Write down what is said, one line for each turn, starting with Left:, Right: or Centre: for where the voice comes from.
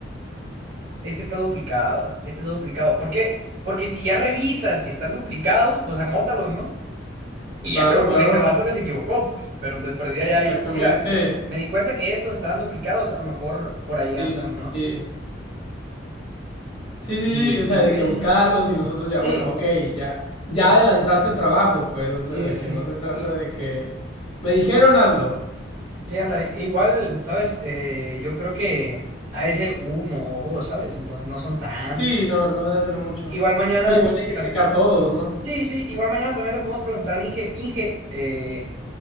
Right: Este está duplicado, este está duplicado. ¿Por qué? Porque si ya revisas si están duplicados, pues anótalos, ¿no? Y
Left: Claro,
Right: ya que lo corrige
Left: claro,
Right: el vato que se equivocó, pues, pero de perdida ya
Left: exactamente.
Right: ahí, mira, me di cuenta que estos estaban duplicados, a lo mejor por ahí
Left: Sí.
Right: andan, ¿no?
Left: sí. Sí, sí,
Right: Y,
Left: sí, o sea,
Right: y
Left: hay
Right: bueno,
Left: que buscarlos y nosotros ya,
Right: sí.
Left: bueno, ok, ya, ya adelantaste trabajo, pues, o sea,
Right: Sí,
Left: de
Right: sí, sí.
Left: que no se trata
Right: Y,
Left: de que me dijeron hazlo.
Right: sí, ándale. E Igual, ¿sabes? Eh, yo creo que ha de ser uno o dos, ¿sabes? Entonces no son tantos.
Left: Sí, no, no ha de ser mucho.
Right: Igual mañana.
Left: Pero igual hay que
Right: tam-
Left: checar todos, ¿no?
Right: Sí, sí, igual mañana también le podemos preguntar al Inge. Inge, eh,